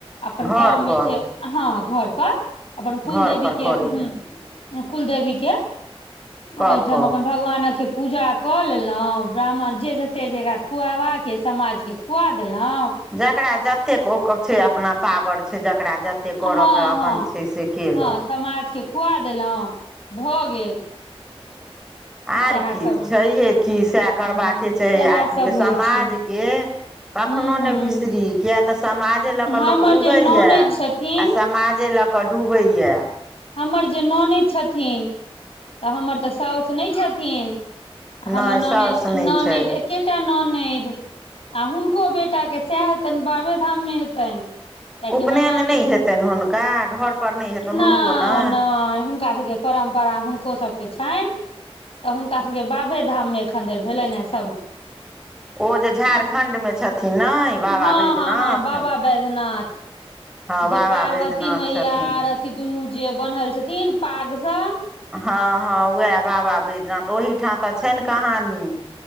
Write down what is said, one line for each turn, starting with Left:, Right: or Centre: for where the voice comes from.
Left: अपन
Centre: घरपर
Left: गाँवमे जे हँ घर पर अपन कुलदेवी
Centre: घरपर
Left: के
Centre: करै
Left: हूँ
Centre: छै
Left: कुलदेवी के आ
Centre: कऽ
Left: एहिठाम
Centre: कऽ
Left: अपन क भगवानके पूजा कऽ लेलौव ब्राह्मण जे जते जकरा खुआबाके समाजके खुआ देलौव
Centre: जकरा जतेक ओकर छै अपना पावर छै जकरा ज एतेक
Left: हँ
Centre: कर के अपन
Left: हँ
Centre: छै से केलक
Left: हँ समाज के खुआ देलहुँ भ गेल
Centre: आर
Left: सएह
Centre: की
Left: सब
Centre: छहिये कि सएह करबाके
Left: हँ
Centre: छै
Left: सएह
Centre: आदमी
Left: सब
Centre: केसमाज
Left: होइ छै
Centre: के कखनो
Left: हूँ हूँ
Centre: नहि बिसरी किये त समाजे ल क
Left: हमर
Centre: लोक उगैए
Left: जे ननैद
Centre: आ
Left: छथिन
Centre: समाजे ल क डुबैये
Left: हमर जे ननेद छथिन त हमर त साउस नहि छथिन हमर
Centre: नहि साउस
Left: ननेद
Centre: नहि
Left: ननेद
Centre: छथि
Left: एक एकेटा ननेद आ हुनको बेटा के सएह हेतनि बाबे धाम मे हेतैनि कियाकि
Centre: उपनयन
Left: हमर ननेद
Centre: नहि हेतनि हुनका घर पर नहि हेतनि
Left: नहि
Centre: हुनको ने
Left: नहि हुनका सभके परम्परा हुनको सभके छनि त हुनका सभ के के बाबे धाम मे एखन धर भेलेन हन
Centre: ओ जे झारखण्ड मे छथिन ने बाबा
Left: हँ
Centre: बैद्यनाथ
Left: हँ हँ बाबा वैद्यनाथ जे
Centre: बाबा
Left: पार्वती
Centre: वैद्यनाथ
Left: मैया
Centre: छथिन
Left: आर ई दुनू जे बन्हल छथिन पाग सँ
Centre: हँ हँ उएह बाबा बैद्यनाथ ओहि ठाम त छैन कहानी